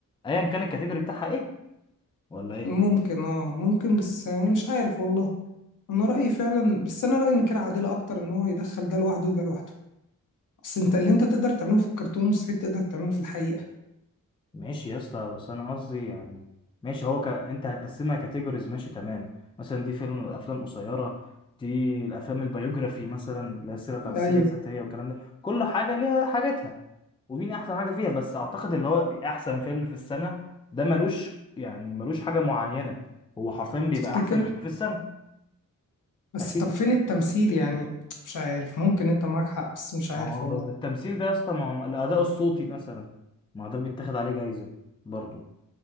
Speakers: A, on the left; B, on the left.
A: ايا كان الكاتيجوري بتاعها ايه ولا ايه
B: ممكن اه ممكن بس آه، مش عارف والله انا رايي فعلا بس انا رايي ان كده عادله اكتر ان هو يدخل ده لوحده وده لوحده اصل انت اللي انت تقدر تعمله في الكرتون مستحيل تقدر تعمله في الحقيقه
A: ماشي يا اسطى بس انا قصدي يعني ماشي هو ك... انت هتقسمها كاتيجوريز ماشي تمام مثلا دي فيلم افلام قصيره دي الافلام البيوجرافي مثلا اللي هي السيره بتاعت السيره
B: ايوه
A: الذاتيه والكلام ده كل حاجه ليها حاجتها ومين احسن حاجه فيها بس اعتقد اللي هو احسن فيلم في السنه ده ملوش يعني ملوش حاجه معينه هو حرفيا بيبقى
B: تفتكر
A: احسن فيلم في السنه
B: بس
A: اكيد
B: طب فين التمثيل يعني مش عارف ممكن انت معاك حق بس مش
A: ما
B: عارف
A: هو
B: والله
A: التمثيل ده يا اسطى ما هو الاداء الصوتي مثلا ما هو ده بيتاخد عليه جايزه برضه